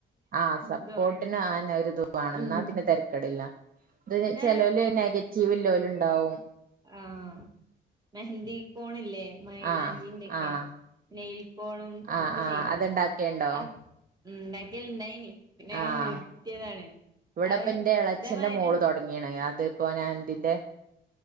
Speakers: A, on the right; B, on the right.
A: ആ സപ്പോർട്ടിന്
B: ഇത് വേണം
A: ആന്നെ ഒര്ത് വേണം
B: ഉം
A: ഇന്നാ പിന്നെ തരക്കേടില്ല. ഇത്
B: പിന്നെ
A: ചെലോല് നെഗറ്റീവ് ഉള്ളോല് ഇണ്ടാവും
B: ആഹ് മെഹന്തി കോണില്ലേ മൈലാഞ്ചിന്റെക്കെ
A: ആ ആ
B: നെയിൽ കോണും
A: ആഹ്
B: ഒക്കെ
A: ആഹ്
B: ചെയ്തീനി
A: അത്ണ്ടാക്കിയണ്ടോ
B: അ ഉം ഇണ്ടാക്കൽ ഇണ്ടായിനി. പിന്നെ
A: ആഹ്
B: അങ്ങ് നിർത്തിയതാണ്
A: ഇവിടെപ്പ
B: അത്
A: എന്റെ ഇളച്ചന്റെ
B: ഇതേ മായിരി
A: മോള് തുടങ്ങിയാണ് <unintelligible>